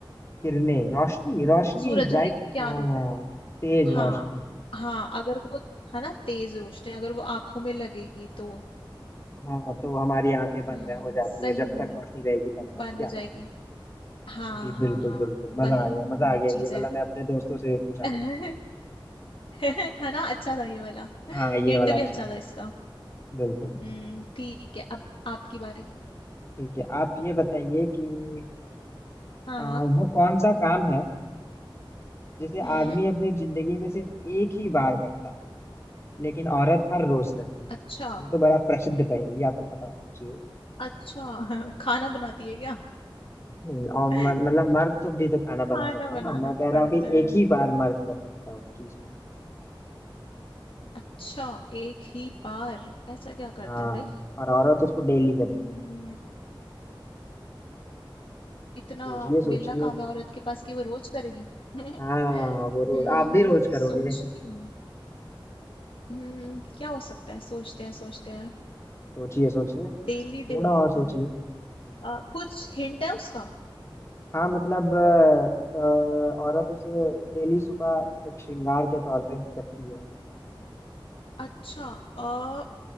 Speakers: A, on the left (about 30°); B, on the left (about 80°).
A: किरणें रोशनी रोशनी
B: सूरज
A: ब्राइट
B: हमें क्या
A: हाँ
B: देता है
A: तेज
B: हाँ
A: रोशनी
B: हाँ अगर वो है ना तेज रोशनी अगर वो आंखों में लगेगी तो
A: हाँ तो हमारी आंखें बंद
B: हम्म
A: रह हो जाती
B: सही
A: है जब तक रोशनी रहेगी तब
B: बंद
A: तक क्या
B: हो जाएगी हाँ
A: जी
B: हाँ
A: बिल्कुल
B: हाँ
A: बिल्कुल मजा
B: वही
A: आ गया मजा
B: वही
A: आ गया
B: चीज
A: ये
B: है
A: वाला मैं अपने दोस्तों से भी पूछा
B: <laughs>
A: करूँ
B: है ना अच्छा था ये वाला
A: हाँ ये
B: हिंट
A: वाला अच्छा
B: भी अच्छा
A: था
B: था इसका
A: बिल्कुल
B: हम्म ठीक है अब आपकी बारी
A: ठीक है आप ये बताइए कि
B: हाँ
A: आ, वो कौन सा काम है जिसे
B: हम्म
A: आदमी अपनी जिंदगी में सिर्फ एक ही बार करता है लेकिन औरत हर रोज करती है
B: अच्छा
A: ये तो बड़ा प्रसिद्ध पहेली आपको पता होना चाहिए
B: अच्छा <laughs> खाना बनाती है क्या
A: नहीं और म-
B: <laughs>
A: मतलब मर्द तो भी तो खाना
B: खाना
A: बना सकता
B: बनाना
A: है ना मैं कह रहा
B: पड़ता
A: हूँ कि
B: है
A: एक ही बार मर्द कर सकता है उस चीज को
B: अच्छा एक ही बार ऐसा क्या करता
A: हाँ
B: है भाई
A: और औरत उसको डेली करती
B: हम्म,
A: है
B: इतना
A: सोचिए सोचिए
B: वेला काम है औरत के पास कि वो रोज करेगी <laughs>
A: हाँ वो रोज
B: हम्म,
A: आप भी रोज करोगे
B: सोचती हूँ हम्म, क्या हो सकता है सोचते हैं सोचते हैं
A: सोचिए सोचिए
B: Daily
A: थोड़ा
B: daily
A: और सोचिए
B: आ, कुछ हिंट है उसका
A: हाँ मतलब अ, अ, औरत उसे डेली सुबह एक श्रृंगार के तौर पे करती है
B: अच्छा अ